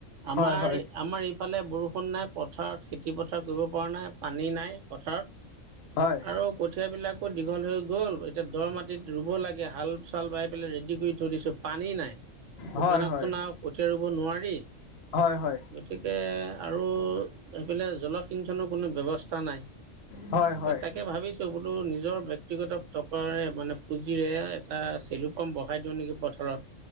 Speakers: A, on the right; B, on the left.
A: আমাৰ
B: হয় হয়
A: আমাৰ ইফালে বৰষুণ নাই পথাৰত খেতি পথাৰ কৰিব পৰা নাই পানী নাই পথাৰত।
B: হয়
A: আৰু কঠিয় বিলাকো দীঘল হৈ গল, এতিয়া দৰ মাটিত ৰুব লাগে হাল চাল বাই পেলাই ৰেডি কৰি পানী নাই দোকানত
B: হয় হয়
A: কথিয়া ৰুব নোৱাৰি
B: হয় হয়
A: গতিকে অৰু সেইফালে। কোনো ব্যবস্থা নাই
B: হয় হয়
A: তাকে ভাবিছো। নিজৰ ব্যক্তিগত টকাৰে মানে পুঁজিৰে এটা চেলু পাম বহাই দিওঁ নেকি পথাৰত।